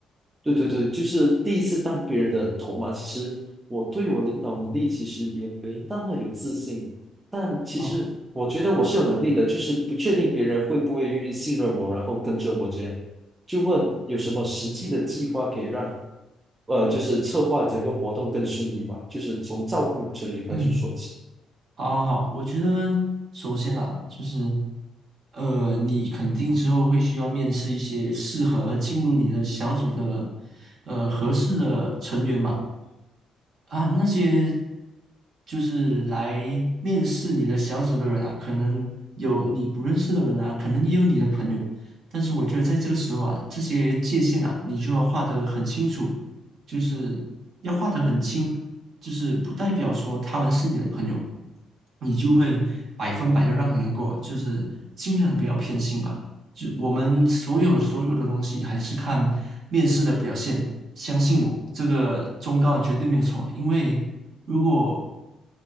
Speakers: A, on the right; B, on the right.
A: 对对对，就是第一次当别人的头嘛。其实我对我领导能力其实也没那么有自信，但其实我觉得我是有能力的，
B: 好，
A: 就是不确定别人会不会愿意信任我，然后跟着我这样。就问有什么实际的计划可以让呃，就是策划整个活动更顺利吧，就是从照顾成员开始说起。
B: 嗯，好，好，好，我觉得首先啦，就是呃，你肯定之后会需要面试一些适合进入你的小组的呃合适的成员嘛。啊，那些就是来面试你的小组的人啊，可能有你不认识的人啊，可能也有你的朋友，但是我觉得在这个时候啊，这些界限啊，你就要画得很清楚，就是要画得很清，就是不代表说他们是你的朋友，你就会百分百的让他们过，就是尽量不要偏心吧。就我们所有所有的东西还是看面试的表现。相信我，这个忠告绝对没有错。因为如果